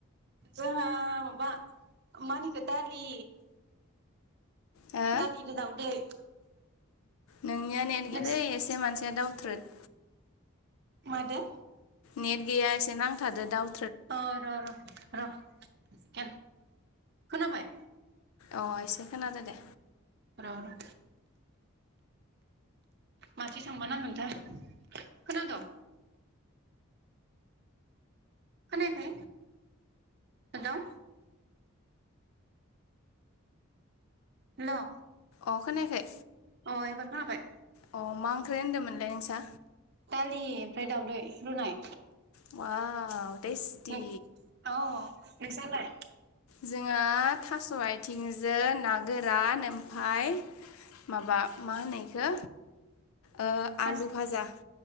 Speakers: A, on the right; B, on the left.
A: जोंहा माबा मानिखौ दालि
B: हो
A: दालिदो दावदै
B: नोंनिया नेेरगलै
A: नोंस
B: एसे मानसिया दावथ्रोद।
A: मा दो?
B: नेट गैया एसे नांथादो दाव
A: अ र र र सेक खोनाबाय?
B: अ एसे खोनादो दे।
A: र र माथि थांबा नांगोनथाय खोनादों खोनायाखै हेलौ। हेलौ।
B: अ खोनायाखै।
A: अ एबार खोनाबाय
B: अ मा ओंख्रि होनदोंमोनलाय नोंसा
A: दालि। ओमफाय दावउदै रुनाय।
B: अवाव। बेस्टि।
A: नों अ नोंसालाय?
B: जोंहा थास आथिंजों ना गोरान ओमफाय माबा। मा होनो यखो ओ
A: मास
B: आलु भाजा।